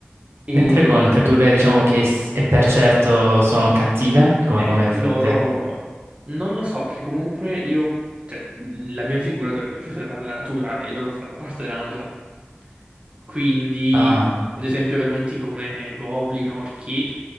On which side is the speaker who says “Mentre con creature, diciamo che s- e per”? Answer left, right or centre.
Right